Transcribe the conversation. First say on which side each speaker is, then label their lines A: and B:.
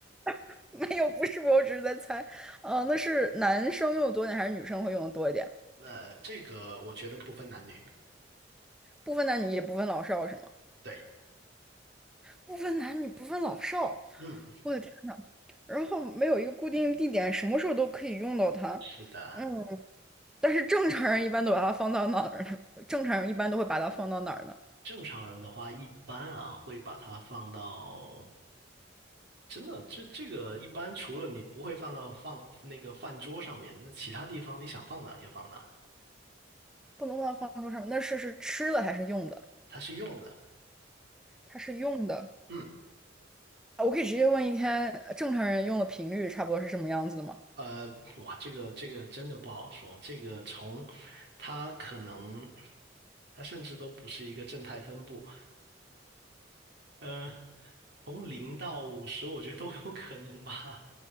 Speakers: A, in the centre; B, on the right.
A: <laughs> 没有，不是，我只是在猜，嗯，那是男生用的多一点，还是女生会用的多一点？
B: 那这个我觉得不分男女，
A: 不分男女，也不分老少，是吗？
B: 对，
A: 不分男女，不分老少，
B: 嗯，
A: 我的天呐，然后没有一个固定地点，什么时候都可以用到它。
B: 是的，
A: 嗯。但是正常人一般都把它放到哪儿呢？正常人一般都会把它放到哪儿呢？
B: 正常人的话一般啊会把它放到。真的，这这个一般除了你不会放到放那个饭桌上面，那其他地方你想放哪就放哪，
A: 不能把它放桌上，那是是吃的还是用的？
B: 它是用的。
A: 它是用的。
B: 嗯，
A: 啊我可以直接问一天呃正常人用的频率差不多是什么样子的吗？
B: 呃，哇，这个这个真的不好说。这个从它可能它甚至都不是一个正态分布，嗯呃，从零到五十，我觉得都有可能吧。